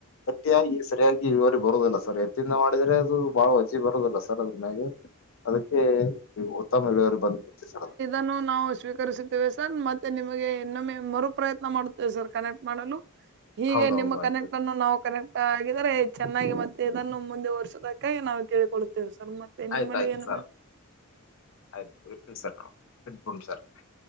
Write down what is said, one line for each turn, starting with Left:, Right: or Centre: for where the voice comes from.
Left: ಪಟ್ಟಿಯಾಗಿ ಸರಿಯಾಗಿ ಇವರು ಬರದಿಲ್ಲ ಸರಿ ಎತ್ತಿಂದ ಮಾಡಿದ್ರೆ ಅದು ಬಹಳ ಬರದಲ್ಲ ಸರ್ ಅದ್ರ ಮ್ಯಲೆ ಅದಕ್ಕೆ ಉತ್ತಮ ವಿೇವರು ಬಂದ್ಬಡ್ತ ಸರ್ ಅದ
Right: ಅನ್ನು ನಾವು ಸ್ವೀಕರಿಸುತ್ತೇವೆ ಸರ್ ಮತ್ತೆ ನಿಮಗೆ ಇನ್ನೊಮ್ಮೆ ಮರು ಪ್ರಯತ್ನ ಮಾಡುತ್ತೇವೆ ಸರ್ ಕನೆಕ್ಟ್ ಮಾಡಲು ಹೀಗೆ
Left: ಹೌದೌದು
Right: ನಿಮ್ಮ
Left: ಆಯ್ತು
Right: ಕನೆಕ್ಟ್ ಅನ್ನು ನಾವು ಕನೆಕ್ಟ್ ಹಾಗಿದರೆೆ ಚೆನ್ನಾಗಿ ಮತ್ತೆ ಇದನ್ನು ಮುಂದೆ ಒಸೋದಕ್ಕಾಗಿ ನಾವು ಕೇಳಿಕೊಡ್ುತ್ತೇವೆ ಸರ್ ಮತ್ತೆ
Left: ಆಯ್ತು ಆಯ್ತು
Right: <inaudible>
Left: <inaudible>